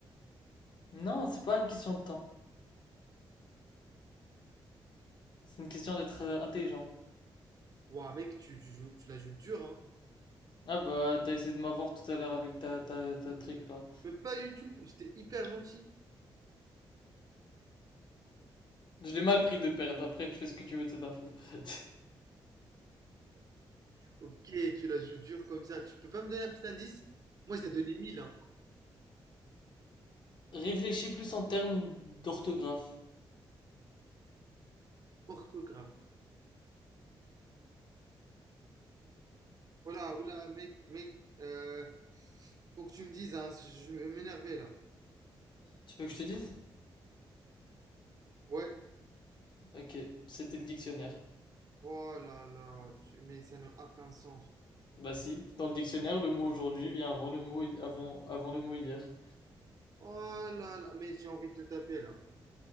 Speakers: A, on the left; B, on the right.
A: Non, c'est pas une question de temps. C'est une question d'être euh, intelligent.
B: Ouah, mec, tu, tu joues- tu la joues dur, hein.
A: Ah bah, t'as essayé de m'avoir tout à l'heure avec ta, ta, ta trick là.
B: Mais pas du tout, j'étais hyper gentil.
A: Je l'ai mal pris de perdre, après tu fais ce que tu veux de cette info. <laughs>
B: Ok, tu la joues dur comme ça, tu peux pas me donner un petit indice? Moi, je t'ai donné mille hein.
A: Réfléchis plus en termes d'orthographe.
B: Orthographe. Voilà, oula, mec, mec, euh, faut que tu me dises, hein, je vais m'énerver là.
A: Tu veux que je te dise?
B: Ouais,
A: Ok, c'était le dictionnaire.
B: oh là là, tu- mais ça n'a aucun sens.
A: Bah si, dans le dictionnaire, le mot aujourd'hui vient avant le mot, hi- avant, avant le mot hier.
B: Oh là là, mais j'ai envie de te taper là.